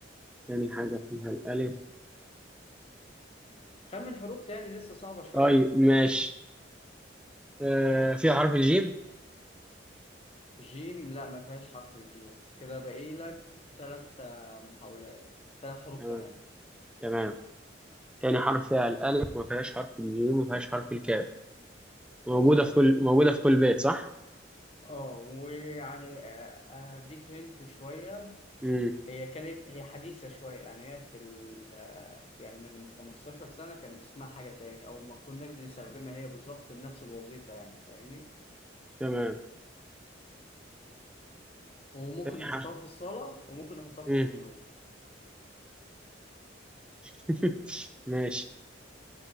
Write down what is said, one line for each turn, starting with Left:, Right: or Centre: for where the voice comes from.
Centre: تاني حاجه فيها الالف
Left: خمن حروف تاني لسه صعبة شوية
Centre: طيب ماشي آه، فيها حرف الجيم
Left: جيم لا ما فيهاش حرف الجيم كده باقي لك ثلاث محاولات ثلاث حروف
Centre: تمام
Left: كمان
Centre: تمام تاني حرف فيها الألف ما فيهاش حرف الجيم وما فيهاش حرف الكاف موجودة
Left: بالظبط
Centre: في كل موجودة في كل بيت صح؟
Left: اه ويعني آه، هديك هنت شوية
Centre: امم
Left: هي كانت هي حديثة شوية يعني هي في ال آه، يعني من 15 سنة كان اسمها حاجة تاني أو ما كناش بنستخدمها هي بالظبط لنفس الوظيفة يعني فاهمني
Centre: تمام
Left: وممكن
Centre: تاني
Left: نحطها
Centre: حرف
Left: في الصالة وممكن نحطها في
Centre: امم
Left: أوضة النوم
Centre: <laughs> ماشي